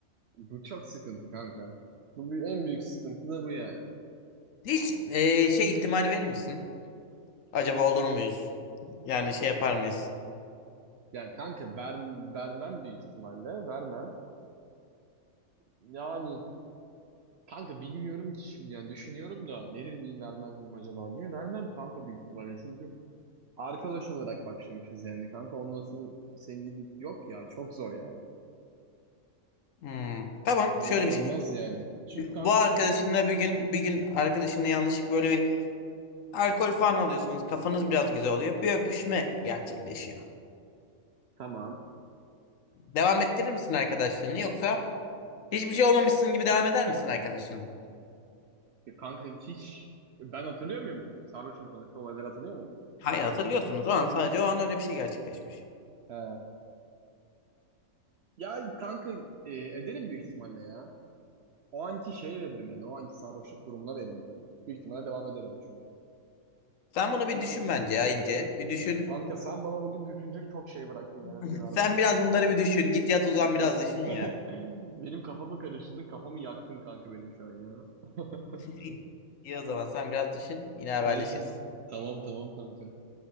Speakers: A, on the right (about 65°); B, on the left (about 65°).
A: Bu çok sıkıntı kanka. Bu bir- en büyük sıkıntı da bu yani.
B: Hiç eee, şey ihtimali verir misin? Acaba olur muyuz? Yani şey yapar mıyız?
A: Yani kanka ver, vermem büyük ihtimalle. Vermem. Yani kanka bilmiyorum ki şimdi yani düşünüyorum da verir miyim vermez miyim acaba diye. Vermem kanka büyük ihtimalle. Çünkü arkadaş olarak başlamışız yani kanka. Ondan sonra sevgililik yok ya. Çok zor yani.
B: Hmm, Tamam
A: Ol-
B: şöyle
A: olmaz
B: bir şey diyeyim.
A: yani. Çünkü kanka
B: Bu arkadaşınla bir gün bir gün arkadaşınla yanlışlık böyle bir alkol falan alıyorsunuz. Kafanız biraz güzel oluyor. Bir öpüşme gerçekleşiyor.
A: tamam.
B: Devam ettirir misin arkadaşlığını yoksa Hiçbir şey olmamışsın gibi devam eder misin arkadaşınla?
A: Ya Kanka hiç ben hatırlıyor muyum? Sarhoşum sonuçta olayları hatırlıyor muyum?
B: Hayır hatırlıyorsunuz o an sadece o an öyle bir şey gerçekleşmiş.
A: He. Ya kanka e, ederim büyük ihtimalle ya. O anki şeye veririm yani. O anki sarhoşluk durumuna veririm yani. Büyük ihtimalle devam ederim çünkü.
B: Sen bunu bir
A: İ-
B: düşün
A: i-
B: bence ya ince. Bir düşün.
A: Kanka sen bana bugün düşünecek çok şey bıraktın yani
B: <laughs>
A: bugün arabana.
B: Sen biraz bunları bir düşün. Git yat
A: <laughs>
B: uzan biraz düşün ya.
A: Benim kafamı karıştırdın, kafamı yaktın kanka benim şu an ya. <laughs>
B: <laughs> İyi o zaman sen biraz düşün. Yine haberleşiriz.
A: Neyse. Tamam tamam kanka.